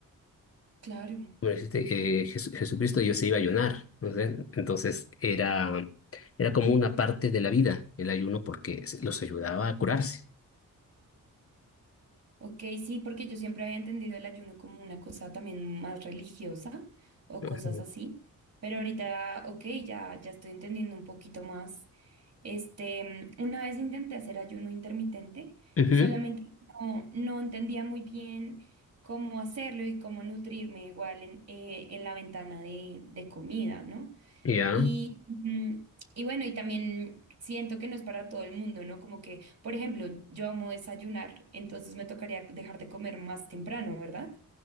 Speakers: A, on the right; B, on the left.
A: claro.
B: Bueno, este, eh, Jesu- Jesucristo yo se iba a ayunar, ¿no sé? Entonces era, era como una parte de la vida el ayuno porque se- los ayudaba a curarse.
A: Ok, sí, porque yo siempre había entendido el ayuno como una cosa también más religiosa o
B: Ujú.
A: cosas así, pero ahorita, ok, ya, ya estoy entendiendo un poquito más. Este, mm, una vez intenté hacer ayuno intermitente,
B: Ujú,
A: solamente no, no entendía muy bien cómo hacerlo y cómo nutrirme igual en, eh, en la ventana de, de comida, ¿no?
B: Ya,
A: Y, mm, y bueno, y también siento que no es para todo el mundo, ¿no? Como que, por ejemplo, yo amo desayunar, entonces me tocaría dejar de comer más temprano, ¿verdad?